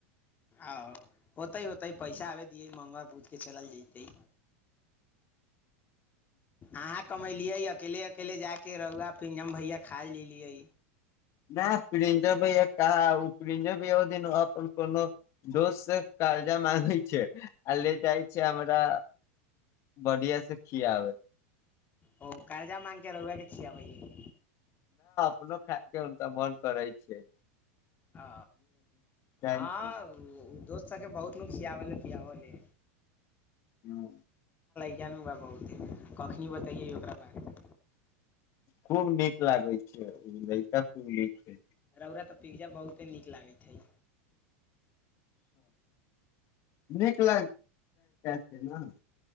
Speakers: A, on the left (about 25°); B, on the left (about 40°).
A: आ होतै होतै पैसा आबे दियै मङ्गल बूथ कऽ चलल जयतै आहा कमेलियै अकेले अकेले जा के के रौुआ फिजम भैया खा लेलियै
B: नहि प्रिंजो भैया कह प्रिंजो भैय ओ दिन अपन कोनो दोस्त से कर्जा मांगै छै आ ले जाइ छै हमरा बढ़िया से खियाबे
A: ओ कजा माँंगके रवआ के छियिया भहि
B: खा हनक बन्द करै छै
A: आ
B: जाइ
A: आ
B: छै
A: दोस्त सबके बहुत न सियाबलए पियाबले
B: हँ
A: कलहुँ आ बहुते कखनी बतैै ओकरा बारेमे
B: खूब नीक लागै छै लैइका तू छै
A: रउरा तऽ पिज्जा बहुते नीक लागैत छैइ
B: निकल छै ने